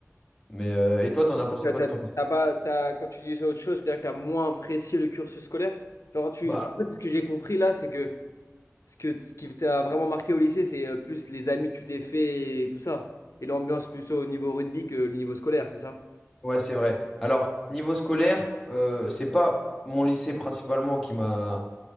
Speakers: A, in the centre; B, on the left.
A: Mais euh, et toi, t'en as pensé
B: T'as-
A: quoi
B: t'as-
A: de ton lycée?
B: t'as pas, t'as- quand tu disais autre chose, c'est-à-dire que tu as moins apprécié le cursus scolaire? Genre, tu,
A: Bah,
B: en fait, ce que j'ai compris là, c'est que ce que, ce qui t'a vraiment marqué au lycée, c'est euh, plus les amis que tu t'es fait et tout ça. Et l'ambiance plutôt au niveau rugby que le niveau scolaire, c'est ça?
A: ouais, c'est vrai. Alors, niveau scolaire, euh, c'est pas mon lycée principalement qui m'a